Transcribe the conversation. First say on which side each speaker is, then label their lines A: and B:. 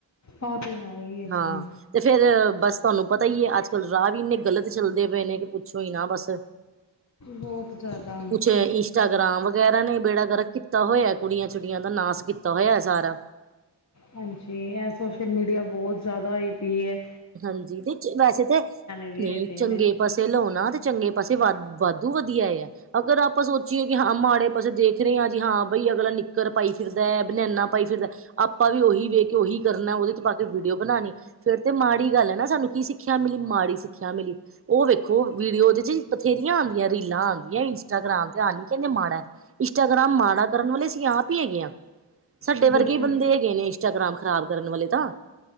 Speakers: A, on the left; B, on the right.
A: ਉਹ ਤਾਂ ਹੈ ਹੀ ਹੈ
B: ਹਾਂ,
A: ਜੀ
B: ਤੇ ਫੇਰ ਬਸ ਤੁਹਾਨੂੰ ਪਤਾ ਹੀ ਏ, ਅੱਜ ਕੱਲ ਰਾਹ ਵੀ ਇੰਨੇ ਗ਼ਲਤ ਚੱਲਦੇ ਬਏ ਨੇ, ਕਿ ਪੁੱਛੋ ਹੀ ਨਾ ਬਸ।
A: ਬੋਹਤ ਜਾਦਾ।
B: ਕੁਛ ਇੰਸਟਾਗ੍ਰਾਮ ਵਗੈਰਾ ਨੇ ਬੇੜਾ ਗਰਕ ਕੀਤਾ ਹੋਇਆ। ਕੁੜੀਆਂ ਚਿੜੀਆਂ ਦਾ ਨਾਸ ਕੀਤਾ ਹੋਇਆ ਸਾਰਾ।
A: ਹਾਂਜੀ, ਏਹ ਸੋਸ਼ਲ ਮੀਡੀਆ ਜਾਦਾ ਈ ਪੀ ਏ।
B: ਹਾਂਜੀ <unintelligible> ਵੈਸੇ ਤੇ,
A: ਵੀ
B: ਨਈ
A: ਹੋਏ ਪਏ
B: ਚੰਗੇ
A: ਨੇ
B: ਪਾਸੇ ਲਉ ਨਾ ਤੇ ਚੰਗੇ ਪਾਸੇ ਵੱਧ ਵਾਧੂ ਵਧੀਆ ਏ ਏਹ, ਅਗਰ ਆਪਾਂ ਸੋਚੀਏ ਕਿ ਹਾ ਮਾੜੇ ਬਸ ਦੇਖ ਰਹੇ ਹਾਂ ਜੀ ਹਾਂ ਬਈ, ਅਗਲਾ ਨਿੱਕਰ ਪਾਈ ਫਿਰਦਾ ਏ, ਬਨੈਨਾ ਪਾਈ ਫਿਰਦਾ ਆਪਾਂ ਵੀ ਉਹੀ ਵੇਖ ਕੇ, ਉਹੀ ਕਰਨਾ ਏ, ਉਹਦੇ ਚ ਪਾ ਕੇ ਵੀਡੀਓ ਬਣਾਣੀ ਫੇਰ ਤੇ ਮਾੜੀ ਗੱਲ ਏ ਨਾ, ਸਾਨੂੰ ਕੀ ਸਿੱਖਿਆ ਮਿਲੀ? ਮਾੜੀ ਸਿੱਖਿਆ ਮਿਲੀ। ਉਹ ਵੇਖੋ ਵੀਡੀਓ ਉਹਦੇ ਚ ਬਥੇਰੀਆਂ ਨਵੀਆਂ ਰੀਲਾਂ ਆਂਦੀਆਂ ਏ ਇੰਸਟਾਗ੍ਰਾਮ ਤੇ, ਹਾਲ ਈ ਕੇਂਦੇ ਮਾੜਾ ਏ, ਇੰਟਾਗ੍ਰਾਮ ਮਾੜਾ ਕਰਨ ਵਾਲੇ ਅਸੀਂ ਆਪ ਹੀ ਹੈਗੇ ਆ। ਸਾਡੇ
A: ਬਿਲਕੁਲ
B: ਵਰਗੇ ਈ ਬੰਦੇ ਹੈਗੇ ਨੇ ਇੰਸਟਾਗ੍ਰਾਮ ਖ਼ਰਾਬ ਕਰਨ ਵਾਲੇ ਤਾਂ,